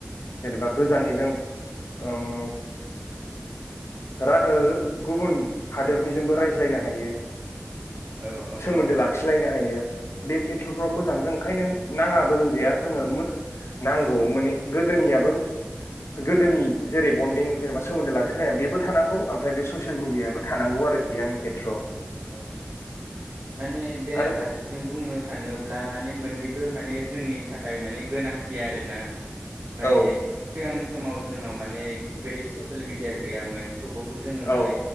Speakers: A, on the left; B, on the right.
A: जेनेबा गोजाननिजों ओम रा ओ गुबुन हादोरनिजोंबो रायज्लायनो हायो
B: औ
A: सोमोन्दो
B: औ औ
A: लाखिलायनो हायो बे खेथ्र'फ्राव
B: सोमोन्दो
A: मोजां
B: लाखिलायनो
A: जों ओंखायनो
B: हायो
A: नाङाबो होनजाया
B: औ
A: जोङो मो नांगौ माने गोदोनियाबो गोदोनि जेरै बन्दिं जेनेबा सोमोन्दो लाखिलाया बेबो थानांगौ ओमफ्राय बे स ससियेल मिडियाबो
B: उम
A: थानांगौ आरो आंनि खाय थ्र
B: औ औ माने बेराफारसेथिं
A: आरो
B: बुंनो थाङोब्ला माने मोननैबो माने जोंनि थाखाय माने गोनांथि आरोना। माने
A: औ
B: सिगांनि समाव जोंनाव माने बेफोरबायदि ससियेल मिडिया गैयामोन। थेवबाबबो जोङो माने
A: औ